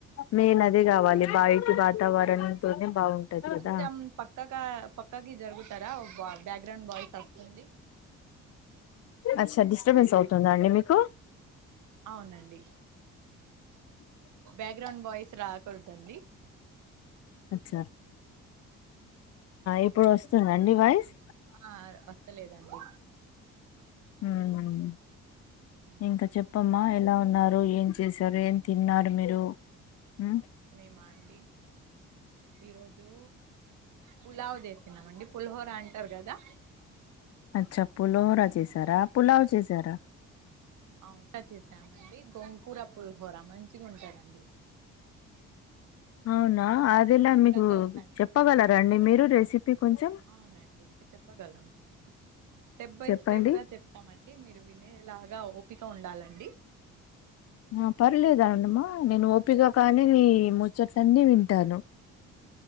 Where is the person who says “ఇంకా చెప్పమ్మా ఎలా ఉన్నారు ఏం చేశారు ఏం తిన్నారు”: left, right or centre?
Left